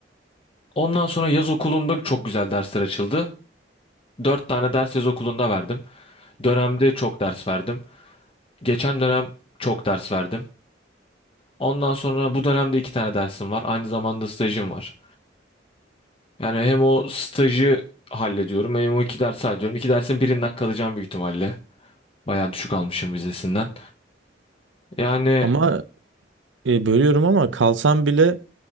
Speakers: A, on the left; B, on the right.
A: Ondan sonra yaz okulunda çok güzel dersler açıldı. dört tane ders yaz okulunda verdim. Dönemde çok ders verdim. Geçen dönem çok ders verdim. Ondan sonra bu dönemde iki tane dersim var. Aynı zamanda stajım var. Yani hem o stajı hallediyorum hem o iki dersi hallediyorum. İki dersin birinden kalacağım büyük ihtimalle. Bayağı düşük almışım vizesinden. Yani
B: Ama e, bölüyorum ama kalsan bile